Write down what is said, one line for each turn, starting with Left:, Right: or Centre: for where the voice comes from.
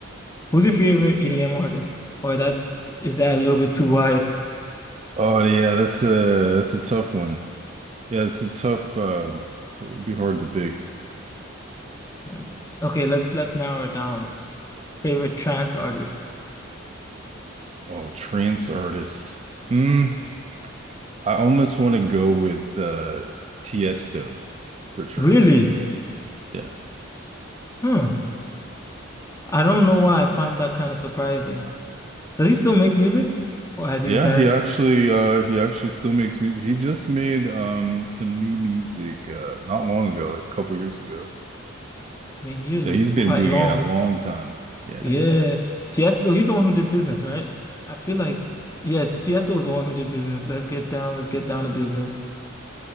Left: Who's your favorite EDM artist? Or that is that a little bit too wide?
Right: Oh yeah, that's a that's a tough one. Yeah, it's a tough. Um, it would be hard to pick.
Left: Mm. Okay, let's let's narrow it down. Favorite trance artist.
Right: Oh, trance artists. Mm. I almost want to go with uh Tiesto for trends.
Left: Really?
Right: Yeah.
Left: Huh. I don't know why I find that kind of surprising. Does he still make music? Or has he
Right: Yeah,
Left: retired?
Right: he actually uh he actually still makes music. He just made um some new music uh not long ago, like a couple years ago.
Left: I mean, years
Right: So
Left: is
Right: he's
Left: quite
Right: been doing
Left: long.
Right: it a long time. Yeah.
Left: Yeah. Tiesto, he's the one who did business, right? I feel like yeah, Tiesto was the one who did business. Let's get down, let's get down to business.